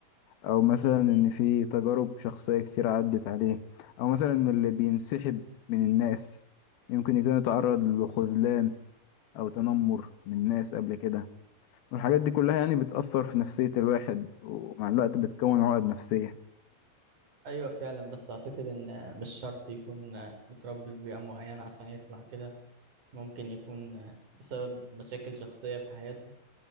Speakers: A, on the left; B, on the right.
A: أو مثلا إن في تجارب شخصية كتير عدت عليه أو مثلا اللي بينسحب من الناس يمكن يكون يتعرض لخذلان أو تنمر من الناس قبل كده والحاجات دي كلها يعني بتأثر في نفسية الواحد ومع الوقت بتكون عقد نفسية
B: ايوه فعلا بس اعتقد ان آه، مش شرط يكون آه، متربي في بيئة معينة عشان يطلع كده ممكن يكون آه، بسبب مشاكل شخصية في حياته